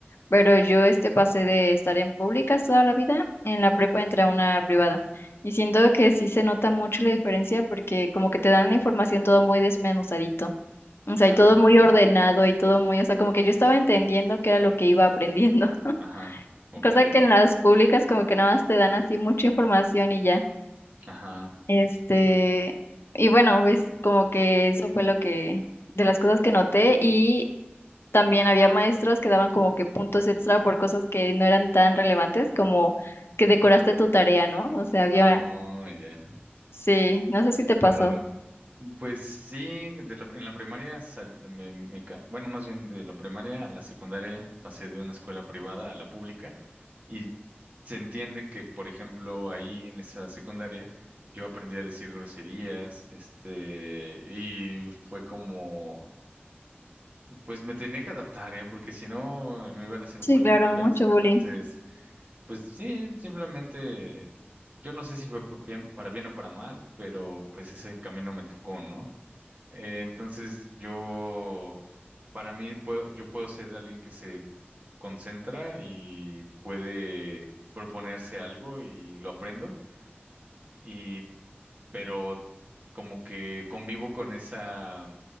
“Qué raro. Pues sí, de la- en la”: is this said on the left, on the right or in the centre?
Right